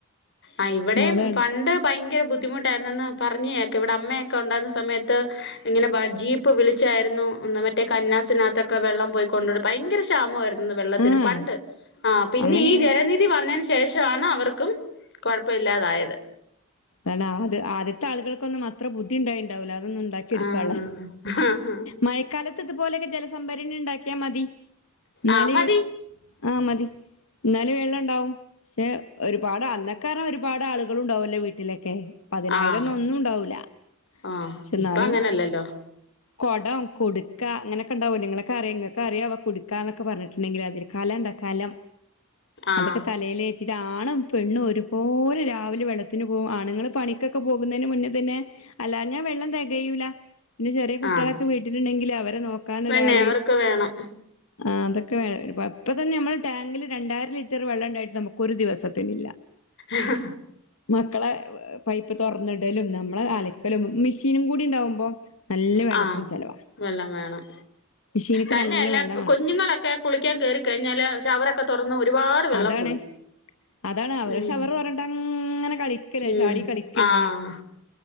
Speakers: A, on the left; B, on the left.
A: ആഹ് വ്ടെ
B: അതാണ്
A: പണ്ട് ഭയങ്കര ബുദ്ധി ബുദ്ധിമുട്ടായിരുന്നെന്ന് പറഞ്ഞേക്ക ഇവിടെ അമ്മയൊക്കെ ഉണ്ടായിരുന്ന സമയത്ത് ഇങ്ങനെ ജീപ്പ് വിളിച്ചായിരുന്നു ഒന്ന് മറ്റേ കന്നാസിനാതൊക്കെ വെള്ളം പോയി കൊണ്ട ഭയങ്കര ക്ഷാമായിരുന്നു വെള്ളത്തിന്
B: ആഹ്
A: പണ്ട് ആ പിന്നെ
B: അങ്ങനെയാണ്
A: ഈ ജലനിധി വന്നതിന് ശേഷമാണ് അവർക്കും കൊഴപ്പില്ലാതായത്
B: അാ അത് ആദ്യത്തെ ആളുകൾക്കൊന്നും അത്ര ബുദ്ധി ഉണ്ടായിണ്ടാവില്ല ഉണ്ടാക്കി എടുക്കള്ള
A: ആഹ് ആഹ്
B: മഴക്കാലത്തിത് പോലെ ക്കെ ജല സംഭരണി ഉണ്ടാക്കിയാ മതി എന്നാല്
A: ആ മതി
B: ആഹ മതി ന്നാലും വെള്ളം ണ്ടാവും പക്ഷെ ഒരുപാട് അന്നൊക്കെ ഒരുപാട് ആളുകളും ഉണ്ടാവല്ലേ വീട്ടിലൊക്കെ പതിനായിരൊന്നും
A: ആഹ്
B: ഒന്നും ഉണ്ടാവൂല
A: ആഹ്
B: പക്ഷെ ന്നാലും
A: ഇപ്പൊ അങ്ങനല്ലല്ലോ
B: കൊടം കുടുക്ക അങ്ങനെയൊക്കെ ഇങ്ങക്കൊക്കെ ക്കെ ഇങ്ങളൊക്കെ അറിയാവോ കുട്‌ക്കന്നൊക്കെ പറഞ്ഞിട്ണ്ടെങ്കിൽ അതിൽ കലംണ്ട് കലം
A: ആഹ്
B: അതൊക്കെ തലയിലേറ്റിട്ട ആണും പെണ്ണും ഒരുപോലെ രാവിലെ വെള്ളത്തിന് ആണുങ്ങള് പണിക്കൊക്കെ പോകുന്നതിന് മുന്നേ തന്നെ അല്ലാഞ്ഞഞാ വെള്ളം തികയൂല പിന്നെ ചെറിയ കുട്ടികളൊക്കെ
A: ആഹ്
B: വീട്ടിലുണ്ടെങ്കിൽ അവരെ നോക്കാൻ ഒരാള്
A: പിന്നെ അവർക്ക് വേണം
B: ആ അതൊക്കെ അപ്പം തന്നെ നമ്മൾ ടാങ്കിൽ രണ്ടായിരം ലിറ്റർ വെള്ളം ഉണ്ടായിട്ട് നമുക്കൊരു ദിവസത്തിനില്ല
A: ഹ് ഹാ
B: മക്കളെ പൈപ്പ് തുറന്നിടലും നമ്മളെ അലക്കലും മിഷീനും കൂടി ഉണ്ടാവുമ്പോ നല്ല വെള്ളത്തിന്
A: ആഹ്
B: ചെലവാ
A: വെള്ളം വേണം
B: മെഷീനക്ക്
A: തന്നെയല്ല
B: നല്ല വെള്ളമാണ്
A: കുഞ്ഞുങ്ങളൊക്കെ കുളിക്കാൻ കേറി കഴിഞ്ഞാല് ഷവറൊക്കെ തുറന്ന് ഒരുപാട് വെള്ളം
B: അതാണ്
A: പോവും
B: അതാണ് അവരഷവർ
A: ഉം
B: തൊറന്നിട്ടങ്ങ കളിക്കലേ
A: ഉം
B: ചാടി കളിക്കല്ലേ
A: ആഹ്